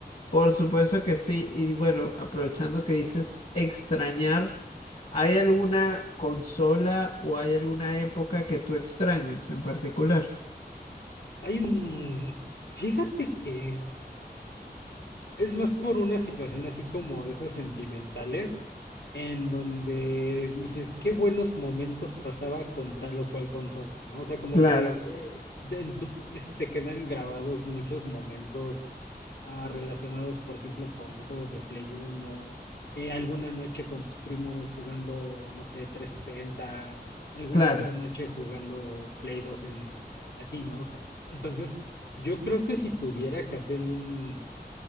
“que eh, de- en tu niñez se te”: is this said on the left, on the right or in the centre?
Left